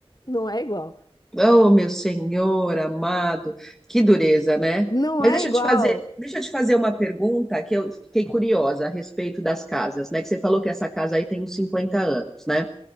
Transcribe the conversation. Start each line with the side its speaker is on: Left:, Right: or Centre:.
Left: não é igual.
Centre: Oh, meu Senhor amado, que dureza, né?
Left: Não
Centre: Mas
Left: é
Centre: deixa
Left: igual.
Centre: eu te fazer, deixa eu te fazer uma pergunta que eu fiquei curiosa a respeito das casas, né? Que você falou que essa casa aí tem uns 50 anos, né?